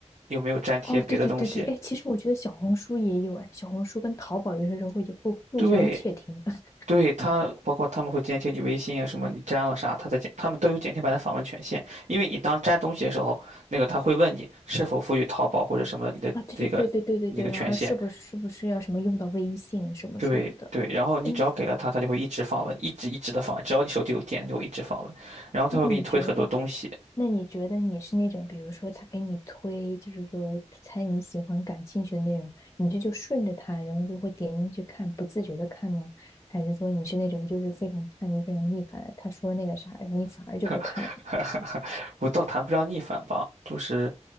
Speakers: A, on the right (about 80°); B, on the left (about 25°).
A: 有没有粘贴别的东西。
B: 哦，对对对对，哎，其实我觉得小红书也有哎，小红书跟淘宝有的时候会互互相窃听
A: 对，
B: <laughs>
A: 对，他包括他们会监听你微信啊，什么你粘了啥，他在剪，他们都有剪贴板的访问权限。因为你当粘东西的时候，那个他会问你是否赋予淘宝或者什么你的这个那个权限。
B: 啊，对对对对对对对，然后还是不是是不是要什么用到微信什么什么的？
A: 对对，然后你只要给了他，
B: 嗯，
A: 他就会一直访问，一直一直的访问，只要你手机有电，他就会一直访问，然后他会给你推很多东西。
B: 那你觉得？那你觉得你是那种，比如说他给你推，就是说猜你喜欢、感兴趣的内容，你这就顺着他，然后就会点进去看，不自觉的看呢？还是说你是那种就是非常叛逆、非常逆反，他说那个啥，然后你反而就不看了？
A: <laughs> 我倒谈不上逆反吧，就是。